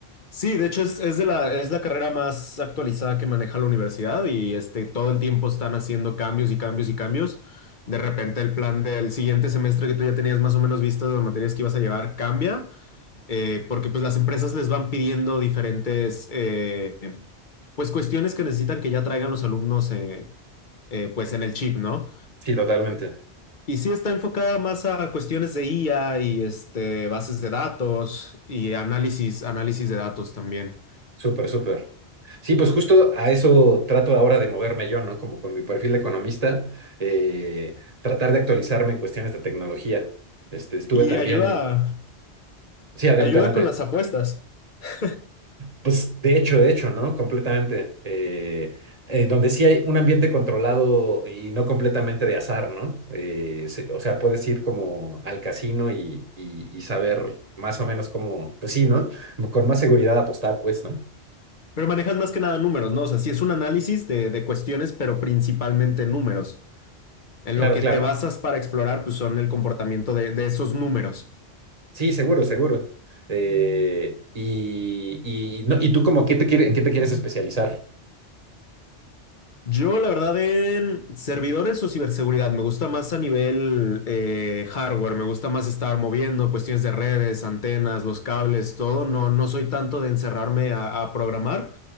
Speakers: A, on the left; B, on the right.
A: Sí, de hecho es, es de la, es la carrera más actualizada que maneja la universidad y este, todo el tiempo están haciendo cambios y cambios y cambios. De repente el plan del siguiente semestre que tú ya tenías más o menos vistas de las materias que ibas a llevar cambia, eh, porque pues las empresas les van pidiendo diferentes eh, pues cuestiones que necesitan que ya traigan los alumnos eh, eh, pues en el chip, ¿no?
B: Sí, totalmente.
A: Y sí está enfocada más a cuestiones de IA y este, bases de datos y análisis, análisis de datos también.
B: Súper, súper. Sí, pues justo a eso trato ahora de moverme yo, ¿no? Como con mi perfil de economista, eh, tratar de actualizarme en cuestiones de tecnología. Este, estuve
A: Y
B: también...
A: ayuda,
B: Sí, adelante,
A: ayuda
B: adelante.
A: con las apuestas. <laughs>
B: Pues de hecho, de hecho, ¿no? Completamente. Eh, eh, donde sí hay un ambiente controlado y no completamente de azar, ¿no? Eh, se- o sea, puedes ir como al casino y, y- y saber más o menos cómo, pues sí, ¿no? Con más seguridad apostar, pues, ¿no?
A: Pero manejas más que nada números, ¿no? O sea, sí es un análisis de, de cuestiones, pero principalmente números. En
B: Claro,
A: lo que
B: claro.
A: te basas para explorar, pues son el comportamiento de, de esos números.
B: Sí, seguro, seguro. Eh, y, y, no, ¿y tú como qué te quiere- en qué te quieres especializar?
A: Yo, la verdad, en servidores o ciberseguridad, me gusta más a nivel eh, hardware, me gusta más estar moviendo cuestiones de redes, antenas, los cables, todo. No, no soy tanto de encerrarme a, a programar.